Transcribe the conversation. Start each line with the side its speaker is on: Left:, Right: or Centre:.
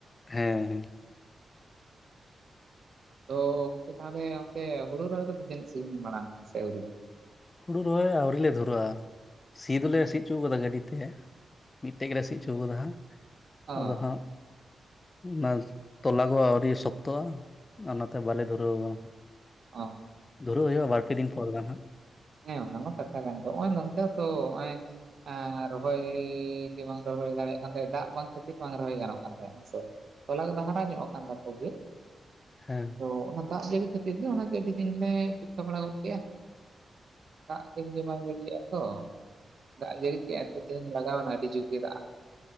Left: ᱦᱮᱸᱻ ᱦᱮᱸ
Right: ᱛᱚ ᱜᱚᱢᱠᱮ ᱛᱟᱦᱚᱞᱮ ᱚᱱᱛᱮ ᱦᱩᱲᱩ ᱨᱚᱦᱚᱭ ᱠᱚᱫᱚ ᱛᱤᱱᱟᱹᱜ ᱥᱟᱜᱤᱧ ᱢᱟᱲᱟᱝ ᱮᱱᱟ ᱥᱮ ᱟᱹᱣᱨᱤ?
Left: ᱦᱩᱲᱩ ᱨᱚᱦᱚᱭ ᱟᱹᱣᱨᱤ ᱞᱮ ᱫᱷᱩᱨᱟᱹᱜᱼᱟ᱾ ᱥᱤ ᱫᱚᱞᱮ ᱥᱤ ᱪᱚᱣ ᱟᱠᱟᱫᱟ ᱜᱟᱹᱰᱤ ᱛᱮ ᱢᱤᱫᱴᱮᱡ ᱜᱮᱞᱮ ᱥᱤ ᱦᱚᱪᱚ ᱠᱟᱫᱟ ᱦᱟᱸᱜ
Right: ᱚ
Left: ᱟᱫᱚ ᱦᱟᱸᱜ ᱱᱟᱥ ᱛᱚᱞᱟ ᱠᱚ ᱟᱹᱣᱨᱤ ᱥᱚᱠᱛᱚᱜᱼᱟ ᱚᱱᱟᱛᱮ ᱵᱟᱞᱮ ᱫᱷᱩᱨᱟᱹᱣ ᱠᱟᱱᱟ
Right: ᱚ
Left: ᱫᱷᱩᱨᱟᱹᱣ ᱦᱩᱭᱩᱜᱼᱟ ᱵᱟᱨᱯᱮ ᱫᱤᱱ ᱯᱚᱨ ᱜᱟᱱ ᱦᱟᱸᱜ
Right: ᱦᱮ ᱚᱱᱟᱢᱟ ᱠᱟᱛᱷᱟ ᱠᱟᱱ ᱜᱮ ᱱᱚᱜᱼᱚᱭ ᱱᱚᱱᱛᱮ ᱛᱚ ᱱᱚᱜᱚᱭ ᱮ ᱨᱚᱦᱚᱭ ᱜᱮ ᱵᱟᱝ ᱨᱚᱦᱚᱭ ᱫᱟᱲᱮᱭᱟᱜ ᱠᱟᱱ ᱛᱟᱦᱮᱸᱫ ᱫᱟᱜ ᱵᱟᱝ ᱠᱷᱟᱹᱛᱤᱨ ᱵᱟᱝ ᱨᱚᱦᱚᱭ ᱜᱟᱱᱚᱜ ᱠᱟᱱ ᱛᱟᱦᱮᱸᱜ ᱦᱮᱸᱥᱮ ᱛᱚᱞᱟ ᱫᱚ ᱦᱟᱨᱟ ᱧᱚᱜ ᱟᱠᱟᱱ ᱛᱟᱠᱚ ᱜᱮ
Left: ᱦᱮᱸ
Right: ᱟᱫᱚ ᱚᱱᱟ ᱫᱟᱜ ᱡᱟᱹᱲᱤ ᱠᱟᱛ <inaudible> ᱜᱮ ᱚᱱᱟ ᱜᱮ ᱟᱰᱤ ᱫᱤᱱ ᱞᱮ <inaudible> ᱵᱟᱲᱟ ᱜᱚᱫᱽ ᱠᱮᱜ ᱟ ᱫᱟᱜ ᱡᱟᱹᱲᱤᱜᱮ ᱵᱟᱝ ᱡᱟᱹᱲᱤᱭᱟᱜᱼᱟ ᱛᱚ ᱫᱟᱜ ᱡᱟᱹᱲᱤ ᱠᱮᱜ ᱟᱭ ᱛᱮᱧ ᱞᱟᱜᱟᱣᱱᱟ ᱟᱹᱰᱤ ᱡᱩᱨ ᱜᱮ ᱫᱟᱜ